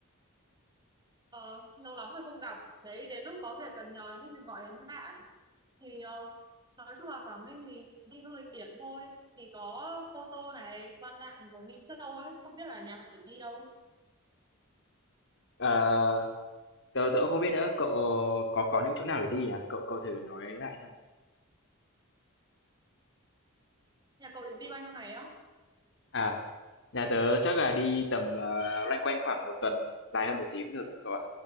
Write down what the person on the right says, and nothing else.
Ờ, lâu lắm rồi không gặp. Đấy, đến lúc có việc cần nhờ nên mình gọi đến bạn. Thì ờ, nói chung là Quảng Ninh thì đi du lịch biển thôi. Thì có Cô Tô này, Quan Lạn rồi Minh Châu ấy. Không biết là nhà bạn định đi đâu.
Nhà cậu định đi bao nhiêu ngày á?